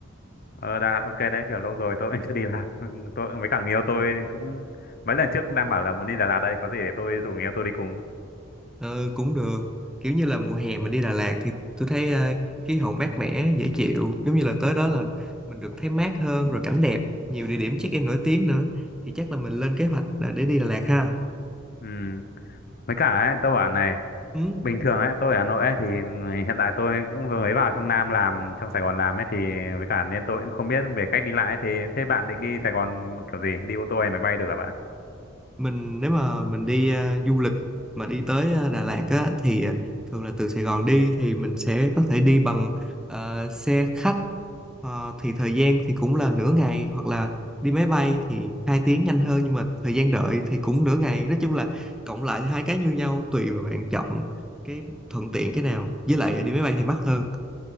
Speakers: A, on the left; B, in the centre.
A: Ờ đã ok đấy, kiểu lâu rồi tôi cũng chưa đi làm. <laughs> Tôi với cả người yêu tôi cũng mấy lần trước cũng đang bảo là muốn đi Đà Lạt đây, có gì để tôi rủ người yêu tôi đi cùng.
B: Ờ, cũng được kiểu như là mùa hè mình đi Đà Lạt thì tôi thấy ờ, khí hậu mát mẻ dễ chịu giống như là tới đó là mình được thấy mát hơn rồi cảnh đẹp nhiều địa điểm check-in nổi tiếng nữa thì chắc là mình lên kế hoạch là để đi Đà Lạt ha
A: Ừ. Với cả ấy, tôi bảo này
B: ừ.
A: bình thường ấy tôi ở Hà Nội ấy thì hiện tại tôi cũng vừa mới vào trong Nam làm trong Sài Gòn làm ấy thì với cả nên tôi cũng không biết về cách đi lại ấy, thì thế bạn định đi Sài Gòn kiểu gì đi ô tô hay máy bay được hả bạn
B: mình nếu mà mình đi à, du lịch mà đi tới à, Đà Lạt á thì à, thường là từ Sài Gòn đi thì mình sẽ có thể đi bằng ờ, xe khách Ờ, thì thời gian thì cũng là nửa ngày hoặc là đi máy bay thì hai tiếng nhanh hơn nhưng mà thời gian đợi thì cũng nửa ngày nói chung là cộng lại thì hai cái như nhau tùy vào bạn chọn cái thuận tiện cái nào với lại đi máy bay thì mắc hơn